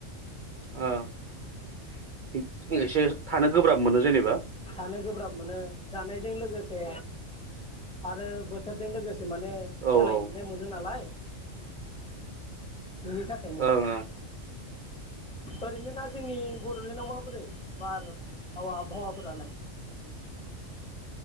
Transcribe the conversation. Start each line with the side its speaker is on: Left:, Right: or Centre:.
Right: आ <unintelligible> थानो गोब्राब मोनो जेनेबा।
Centre: थानो गोब्राब मोनो जानायजों लोगोसे आरो बोथोरजों लोगोसे माने
Right: औ
Centre: सोलायजोबनाय
Right: ओं
Centre: मोनो नालाय। बिनि थाखायनो
Right: ओं
Centre: ओरैनो दा जोंनि बड'लेण्डआव माबोरै बार हावा आबहावाफोरलाय